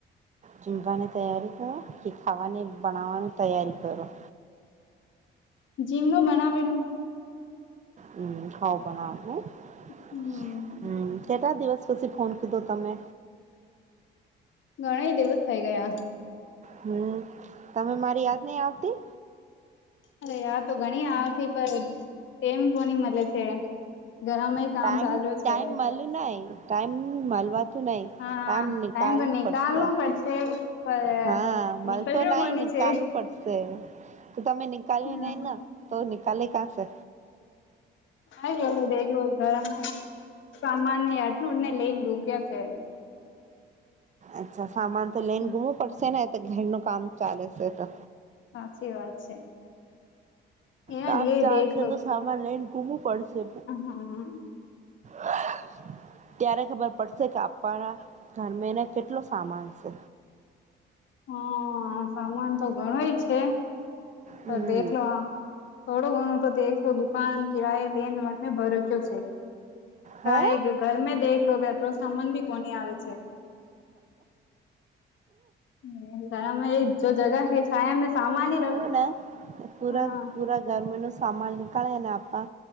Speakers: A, on the right; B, on the left.
A: ચીમવાની તૈયારી કરો કે ખાવાને બનાવવાનું તૈયારી કરો
B: જીમનું બનાવેનું
A: હમ ખાવ બના હ હ
B: હમ
A: કેટલા દિવસ પછી ફોન કીધો તમે
B: ઘણી દિવસ થાય ગયા
A: હમ તમે મારી યાદ નઈ આવતી
B: અરે આ તો ગણી આવતી પર એમ કોની મળે છે ગરમાંય કામ
A: ટાઈમ
B: ચાલ્યું છે
A: <unintelligible> ટાઈમ માલવા ન
B: હા
A: આમ નકાલવું
B: ટાઈમ તો નિકાલનો
A: પડશે
B: પડશે પણ
A: હા મ
B: નીકળ્યો
A: તો નાઈ
B: કોની
A: િકાલવ
B: છે
A: પડશે તો તમે નિકાલ્યું
B: હા
A: નહી ના તો નિકલે કાંસે
B: હ એલા દેગલું ગરમ <inaudible> સામાન આટનું ને લઈને ગુમર્યા છે
A: અચ્છા સામાન તો લઈને
B: હમ
A: ગુમવું પડશે ને તો ઘરનું કામ ચાલે છે તો
B: સાચી વાત છે
A: કામ ચાલશે
B: <unintelligible>
A: તો સામાન લઇને ઘુમપડશે
B: હ હા
A: હ <unintelligible> ત્યારે ખબર પડશે કે આપણા ઘરમે એને કેટલો સામાન છે
B: હા સામાન તો ઘણોય છે પણ
A: હમ
B: દેખલો થોડો ઘણો તો તે એકસો દુકાન કિરાય લેન વન ભરોચ્યો છે
A: હે
B: ક ઘરમે દેખલો લો બે તો સામાન ભી કોન આવે છે <unintelligible> જો જગહ હૈ છાયા મેં સામાન રખ
A: હ પૂરા
B: હા
A: પૂરા ઘર મનુષ્ સામાન નીકળેને આપવા